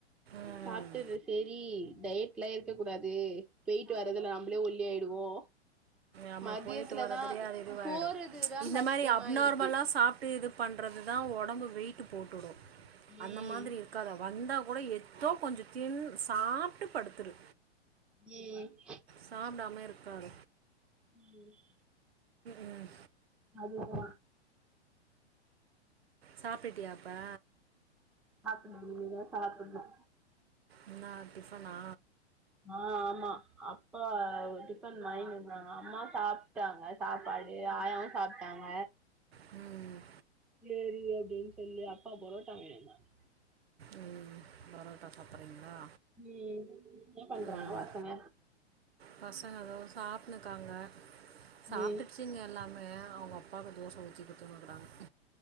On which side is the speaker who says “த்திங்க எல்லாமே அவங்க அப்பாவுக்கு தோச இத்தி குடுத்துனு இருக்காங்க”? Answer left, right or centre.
Right